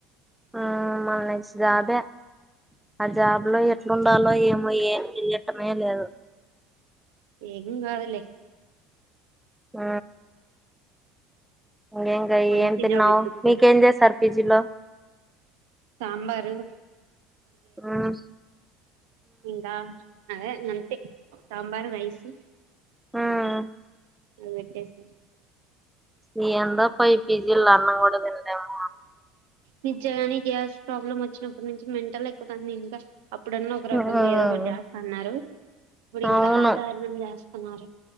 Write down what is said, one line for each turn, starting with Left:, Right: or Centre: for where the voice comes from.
Centre: ఆ మా నెక్స్ట్ జాబే ఆ జాబ్ లో ఎట్లుండాలో ఏమో ఏం తెలియటమే లేదు
Right: ఎం కాదులే
Centre: ఆ ఇంగేగా
Right: మంచి
Centre: ఏం తిన్నావు
Right: జాబ్ ఎతుక్కో
Centre: మీకేం చేస్తారు పీజీలో?
Right: సాంబారు
Centre: మ్
Right: ఇంగా అదే ఇంగంతే సాంబారు, రైస్
Centre: ఆఁ
Right: అవెట్టేసారు
Centre: ఈ ఎండకు పొయి పీజీలో అన్నం కూడా తినలేమ్
Right: నిజంనే గ్యాస్ ప్రాబ్లమ్ వచ్చినప్పటి నుంచి మెంటల్ ఎక్కుతాంది ఇంక. అప్పుడన్న ఒక రకంగా
Centre: ఉమ్,
Right: ఏదో ఒకటి చేస్తన్నరు, ఇప్పుడు ఇంకా
Centre: అవును
Right: దారుణం చేస్తున్నారు.